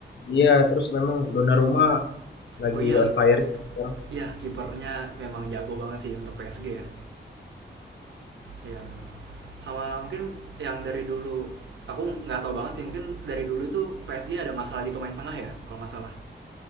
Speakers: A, on the left; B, on the right.
A: iya, terus memang Donnarumma lagi
B: oh iya
A: on fire sekarang.
B: iya kipernya memang jago banget sih untuk PSG ya iya memang sama mungkin yang dari dulu aku nggak tahu banget sih mungkin dari dulu tuh PSG ada masalah di pemain tengah ya kalau nggak salah